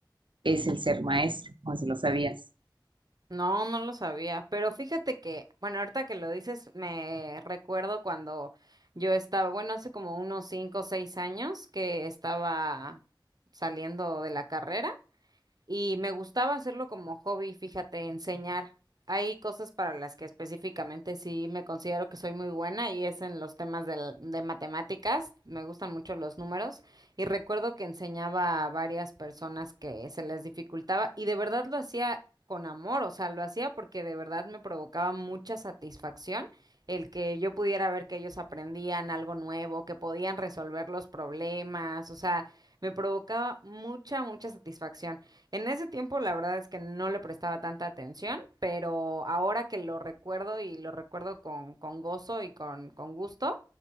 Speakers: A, on the right (about 85°); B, on the right (about 55°).
A: es el ser maestro, no sé si lo sabías.
B: No, no lo sabía, pero fíjate que, bueno, ahorita que lo dices, me recuerdo cuando yo estaba, bueno, hace como unos cinco o seis años que estaba saliendo de la carrera y me gustaba hacerlo como hobby, fíjate, enseñar. Hay cosas para las que específicamente sí me considero que soy muy buena y es en los temas del- de matemáticas. Me gustan mucho los números y recuerdo que enseñaba a varias personas que se les dificultaba y de verdad lo hacía con amor, o sea, lo hacía porque de verdad me provocaba mucha satisfacción el que yo pudiera ver que ellos aprendían algo nuevo, que podían resolver los problemas, o sea, me provocaba mucha, mucha satisfacción. En ese tiempo, la verdad es que no le prestaba tanta atención, pero ahora que lo recuerdo y lo recuerdo con, con gozo y con, con gusto,